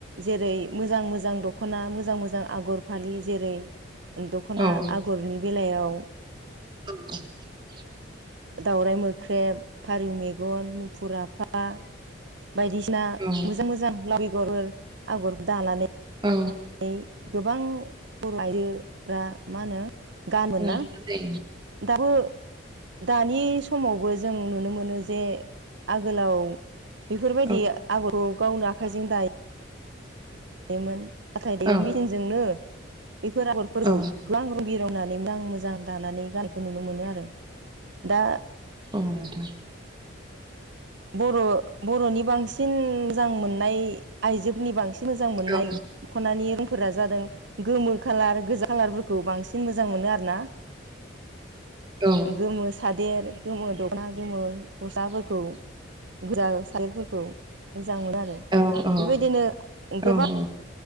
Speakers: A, on the right; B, on the right.
A: जेरै मोजां मोजां दख'ना मोजां मोजां आगर फालि जेरै दख'ना
B: औ
A: आगरनि बेलायाव
B: <inaudible>
A: दावराइ मोख्रेब फारौ मेगन मुफुर आफा बायदिसिना
B: औ
A: मोजां मोजां लाव बेगर आगर दानानै
B: औ
A: ओ गोबां बर' आइजोफ्रा मा होनो गानोमोन
B: ओं
A: ना
B: दे
A: दाबो दानि समावबो जों नुनो मोनो जे आगोलाव बेफोरबायदि
B: औ
A: आगरखौ गावनो आखाइजों दाय दायोमोन नाथाय <unintelligible>
B: औ
A: मेचिनजोंनो बेफोर आगरफोरखौ
B: औ
A: गो <unintelligible> रं बिरंनानै आं मोजां दानानै गानखौ नुनो मोनो आरो दा
B: औ नोंथां
A: बर' बर'नि बांसिन मोजां मोननाय आइजोफोरनि बांसिन मोजां मोननाय
B: औ औ
A: ख'नानि रोंफोरा जादों गोमो खाालार गोजा खालारफोरखौ बांसिन मोजां मोनो आरो ना
B: औ औ
A: गोमो सादेर गोमो दख'ना गोमो गस्लाफोरखौ गोजा सादोरफोरखौ मोजां मोनो आरो
B: औ
A: बेबायदिनो गोबां
B: औ